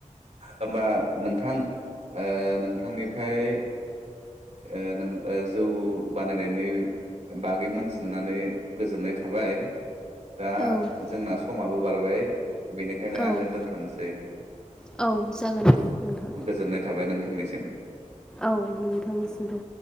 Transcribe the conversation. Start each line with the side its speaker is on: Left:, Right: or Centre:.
Right: होमबा नोंथां नोंथांनिफ्राय ओ नों जौ बानायनायनि बागै मोनथिननानै गोजोननाय थाबाय दा
Centre: औ
Right: जोंना समाबो बारबाय बेनिखायनो आङो
Centre: औ
Right: दोनथ'नोसै
Centre: औ जागोन दे नोंथां
Right: गोजोननाय थाबाय नों नोंथां निसिम
Centre: औ नोंथांनिसिमबो